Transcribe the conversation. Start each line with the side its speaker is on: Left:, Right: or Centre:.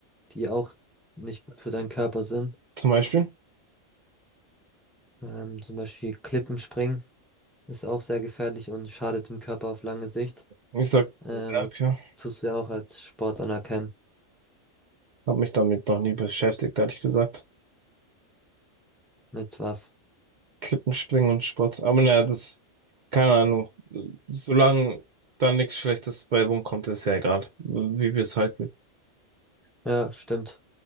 Centre: die auch nicht gut für deinen Körper sind.
Right: zum Beispiel.
Centre: Ähm, zum Beispiel Klippenspringen ist auch sehr gefährlich und schadet dem Körper auf lange Sicht.
Right: Ich sag,
Centre: Ähm,
Right: danke,
Centre: tust du ja auch als Sport anerkennen.
Right: hab mich damit noch nie beschäftigt, ehrlich gesagt.
Centre: Mit was?
Right: Klippenspringen und Sport. Aber naja, das, keine Ahnung. Solange da nichts Schlechtes bei rumkommt, ist ja egal, wie wir es halten.
Centre: Ja, stimmt.